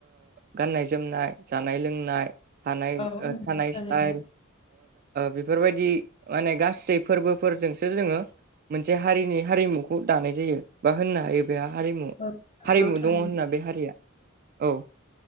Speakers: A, on the right; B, on the left.
A: गाननाय जोमनाय जानाय लोंनाय थानाय
B: औ नंगौ
A: थानाय
B: थारैनो
A: स्टाइल बेफोरबायदि माने गासै फोरबोफोरजोंसो जोंङो मोनसे हारिनि हारिमुखौ दानाय जायो बा होननो हायो बे हारिमु
B: औ नंगौ
A: हारिमु
B: थारैनो।
A: दंङो होनना बे हारिया औ